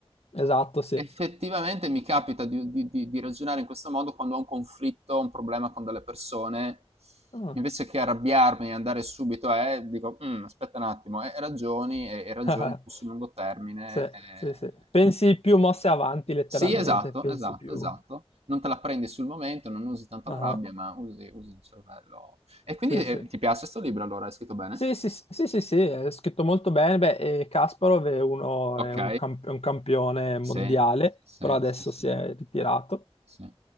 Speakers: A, on the left; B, on the right.
A: Esatto, sì.
B: Effettivamente mi capita di, di- di- di ragionare in questo modo quando ho un conflitto, un problema con delle persone,
A: Ah.
B: invece che arrabbiarmi e andare subito a, eh, dico, "Mm, aspetta un attimo, e ragioni, e, e ragioni
A: <laughs>
B: più sul lungo termine.
A: Sì,
B: eh.
A: sì, sì. Pensi più mosse avanti, letteralmente,
B: Sì, esatto,
A: pensi
B: esatto,
A: più.
B: esatto. Non te la prendi sul momento, non usi tanto
A: Ah,
B: la rabbia, ma usi, usi il cervello. E quindi
A: Sì,
B: eh,
A: sì.
B: ti piace questo libro allora? È scritto bene?
A: Sì, sì, sì, sì, sì, sì, è scritto molto bene. Beh, e Kasparov è, uno,
B: Ok.
A: è un, camp- è un campione mondiale,
B: Sì, sì,
A: però adesso
B: sì, sì,
A: si è ritirato.
B: sì.